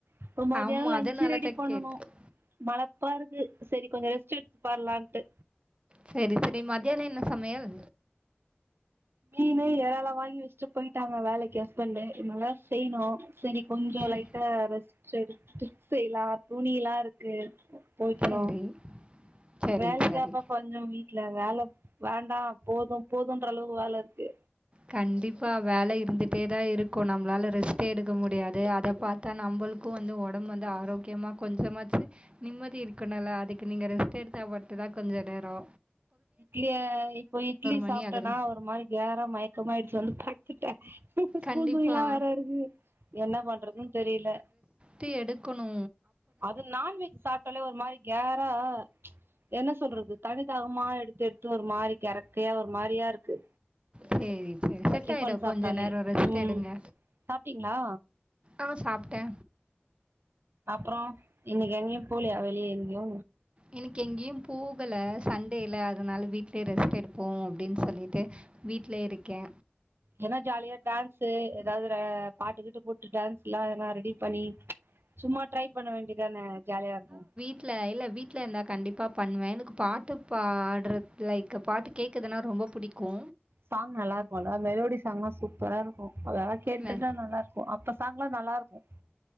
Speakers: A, on the right (about 65°); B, on the right (about 25°).
A: இப்போ மதியானோ
B: ஆமாம்
A: லஞ்சு
B: அதனால
A: ரெடி
B: தான்
A: பண்ணனு
B: கேட்டேன்
A: மழ பா இருக்கு செரி கொஞ்சோ ரெஸ்ட் எத்து பண்லான்ட்டு
B: செரி செரி மதியனோ என்ன சமையல்
A: மீனு ஏறளா வாங்கி வெச்ட்டு போயிட்டாங்க வேலைக்கு ஹஸ்பண்டு இனிமேதா செய்னு செரி கொஞ்சோ
B: சரி
A: லைட்டா ரெஸ்ட்டு எடுத்துட் செய்லா துணிலா இருக்கு துவைக்கணு
B: சரி. சரி,
A: வேலைக்காப்பா
B: சரி.
A: ப கொஞ்சோ வீட்ல வேல வேண்டா போது போதுன்ற அளவுக்கு வேல இருக்கு
B: கண்டிப்பா வேல இருந்துட்டே தா இருக்கு நம்மளால ரெஸ்ட்டே எடுக்க முடியாது அத பா தா நம்பளுக்கு வந்து ஒடம்பு வந்து ஆரோக்கியமாக கொஞ்சமாச்சு நிம்மதி இருக்கனுல அதுக்கு நீங்க ரெஸ்ட் எடுத்தா மட்டுதா கொஞ்ச நேரோ
A: இல்ல இப்போ இட்லி
B: மணி
A: சாப்டனா
B: ஆகுது.
A: ஒரு மாரி கேர மயக்கமா ஆயிடுச்சு வந்து பட்த்துட்டே றோ ஸ்கூல்
B: கண்டிப்பா.
A: துணி எல்லா வேற இருக்கு என்ன பண்றதுன் தெரில
B: து எடுக்கணு
A: அது நான்வெஜ் சாப்ட்டாலே ஒரு மாரி கேரா என்ன சொல்றது தண்ணிதாகமா எடுத்தெடுத்து ஒரு மாரி கெரக் கையா ஒரு மாரியா இருக்கு
B: சரி, சரி. செட்
A: டிஃபன்
B: ஆயிடும்.
A: சாப்ட்டாலே
B: கொஞ்ச நேரம் ரெஸ்ட்
A: ம்
B: எடுங்க.
A: சாப்ட்டீங்களா?
B: ஆ சாப்ட்டே
A: அப்றோ இன்னைக்கு எங்கேயு போலையா வெளிய எங்கேயு
B: இன்னிக்கு எங்கேயு போகல சண்டேல்ல அதனால வீட்லயே ரெஸ்ட் எடுப்போ அப்டின் சொல்லிட்டு வீட்ல இருக்கே
A: ஏன்னா ஜாலியா டான்ஸு ஏதாவது ஒரு பாட்டுக்கீட்டு போட்டு டான்ஸ்ல்லா எதனா ரெடி பண்ணி சும்மா ட்ரை பண்ண வேண்டியதானே ஜாலியா இருக்கு
B: வீட்ல இல்ல வீட்ல இருந்தா கண்டிப்பா பண்ணுவே எனக்கு பாட்டு பாடுறது லைக் பாட்டு கேக் குதுன்னா ரொம்ப புடிக்கு
A: சாங் நல்லா இருக்குல்ல மெலோடி சாங்க்லா சூப்பரா இருக்கு அதெல்லா கேட்டுட்டு
B: மெ
A: நல்லா அப்போ சாங்க்ல்லா நல்லா இருக்கு